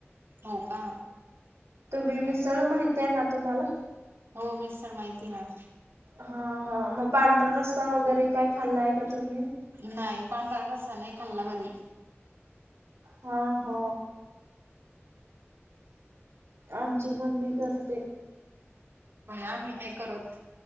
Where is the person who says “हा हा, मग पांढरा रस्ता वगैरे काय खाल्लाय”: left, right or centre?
Right